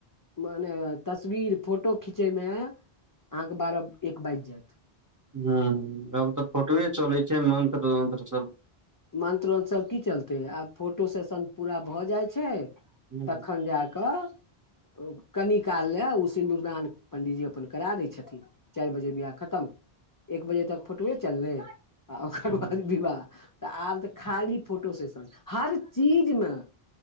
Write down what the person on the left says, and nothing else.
मने तस्वीर फोटो खीचय मे अहाँके बारा एक बैज जाएत।
मंत्र-वंत्र सब की चलतै आब फोटो सेशन पूरा भऽ जाए छै
तखन जा कऽ अ कनि काल लै उ सिन्दूर दान पण्डीजी अपन कराए दै छथिन चाएर बजे बियाह खत्म, एक बजे तक फोटुवें चललै आ ओकर
बाद विवाह तऽ आब तऽ खाली फोटो सेशन हर चीज मे।